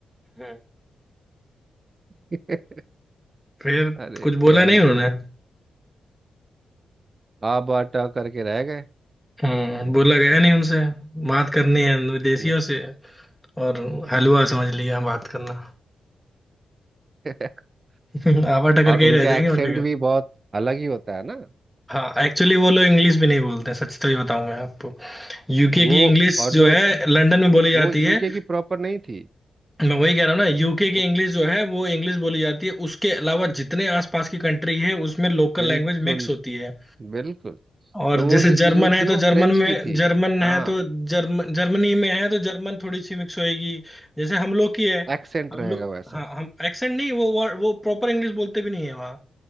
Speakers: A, in the centre; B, on the right.
A: हम्म
B: <laughs>
A: फिर
B: अरे
A: कुछ बोला
B: क्या
A: नहीं
B: ही
A: उन्होंने
B: कहो आप आटा करके रह गए
A: हम्म, बोला गया नहीं उनसे बात करनी है विदेशियों
B: नहीं।
A: से और हलवा समझ लिया बात करना
B: <laughs>
A: <laughs> आवा टकर
B: और
A: के ही
B: उनका
A: रह जाएंगे
B: एक्सेंट
A: और क्या करें
B: भी बहुत अलग ही होता है ना
A: हाँ एक्चुअली वो लोग इंग्लिश भी नहीं बोलते हैं सच तो ये बताऊं मैं आपको यूके
B: वो
A: की इंग्लिश
B: और
A: जो
B: जो
A: है लंदन में बोली जाती
B: वो यूके
A: है
B: की प्रॉपर नहीं थी
A: मैं वही कह रहा हूँ ना यूके की
B: वो
A: इंग्लिश जो है वो इंग्लिश बोली जाती है उसके अलावा जितने आसपास की कंट्री है उसमें लोकल
B: बिल्कुल
A: लैंग्वेज मिक्स होती है
B: बिल्कुल
A: और
B: तो वो
A: जैसे
B: जो
A: जर्मन
B: जो जो
A: है
B: थी
A: तो
B: वो
A: जर्मन
B: फ्रेंच
A: में
B: की थी
A: जर्मन है
B: हाँ
A: तो जर्म जर्मनी में है तो जर्मन थोड़ी सी मिक्स होएगी जैसे हम लोग की है
B: एक्सेंट
A: हम
B: रहेगा
A: लोग
B: वैसा
A: हाँ हम एक्सेंट नहीं वो word- वो प्रॉपर इंग्लिश बोलते भी नहीं है वहाँ